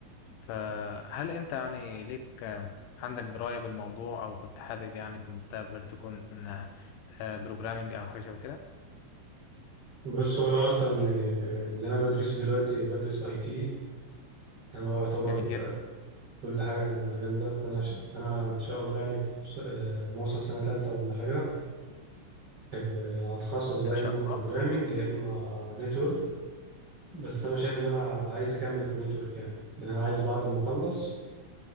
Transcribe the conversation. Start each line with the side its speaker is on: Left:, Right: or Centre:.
Left: فهل أنت يعني ليك آه، عندك دراية بالموضوع أو كنت حابب يعني في المستقبل تكون بروجرامينج أو حاجة شبه كده؟
Right: بس وانا اصلا يعني اللي انا بدرسه دلوقتي بدرس اي تي انا هو يعتبر
Left: جميل جدا
Right: كل حاجه عن المجال ده فانا ش... فانا ان شاء الله يعني في س- آه، ما اوصل سنه ثالثه ولا حاجه آه، هتخصص بقى
Left: إن شاء
Right: يا اما بروجرامنج
Left: الله
Right: يا اما نتورك بس انا شايف ان انا عايز اكمل في نتورك يعني لان انا عايز بعد ما اخلص